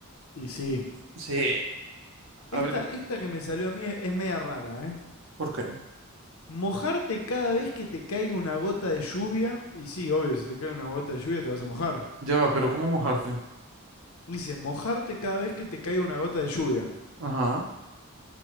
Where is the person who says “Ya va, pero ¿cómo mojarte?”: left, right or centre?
Right